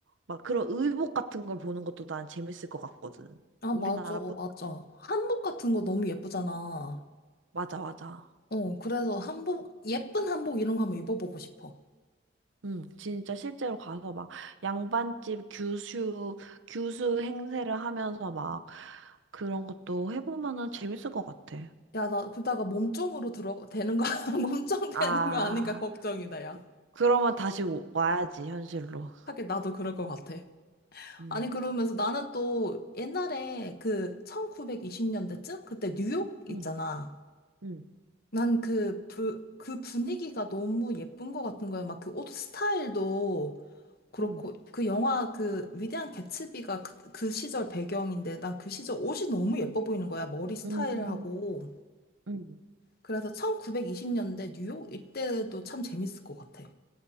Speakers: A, on the right (about 75°); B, on the left (about 50°).
A: 막 그런 의복 같은 걸 보는 것도 난 재밌을 것 같거든.
B: 아,
A: 우리나라뿐
B: 맞아, 맞아. 한복 같은 거 너무 예쁘잖아.
A: 맞아 맞아.
B: 어, 그래서 한복, 예쁜 한복 이런 거 한번 입어보고 싶어.
A: 응, 진짜 실제로 가서 막 양반집 교수 교수 행세를 하면서 막 그런 것도 해보면은 재밌을 것 같아.
B: 야, 나 그러다가 몸종으로 들어, 되는 거, <laughs> 몸종 되는
A: 아,
B: 거 아닌가 걱정이다, 야.
A: 그러면 다시 오- 와야지 현실로.
B: 하긴 나도 그럴 것 같아.
A: 응,
B: 아니, 그러면서 나는 또 옛날에 그 1920년대쯤? 그때 뉴욕 있잖아.
A: 응, 응,
B: 난 그, 부, 그 분위기가 너무 예쁜 것 같은 거야. 막 그 옷 스타일도 그렇고,
A: 응,
B: 그 영화 그 위대한 개츠비가 그, 그 시절 배경인데, 난 그 시절 옷이 너무 예뻐 보이는 거야. 머리 스타일하고.
A: 응, 응.
B: 그래서 1920년대 뉴욕 이때도 참 재밌을 것 같아.